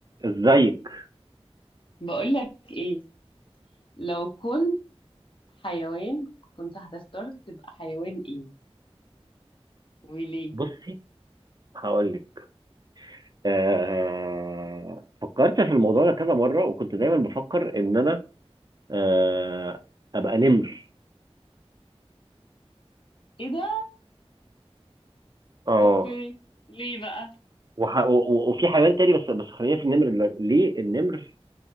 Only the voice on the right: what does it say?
ازيك
بصي هقول لك آه... فكرت في الموضوع ده كذا مره وكنت دايما بفكر ان انا آه... ابقى نمر
اه
وح... و... و- وفي حيوان تاني بس بس خلينا في النمر دلوقتي ليه النمر